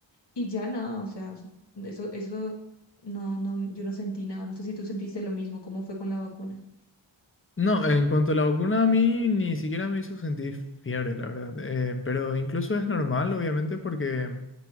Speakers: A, on the left; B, on the left.
A: y ya nada, o sea, eso, eso, no, no, yo no sentí nada. No sé si tú sentiste lo mismo, cómo fue con la vacuna.
B: No, en cuanto a la vacuna, a mí ni siquiera me hizo sentir fiebre, la verdad. Eh, pero incluso es normal, obviamente, porque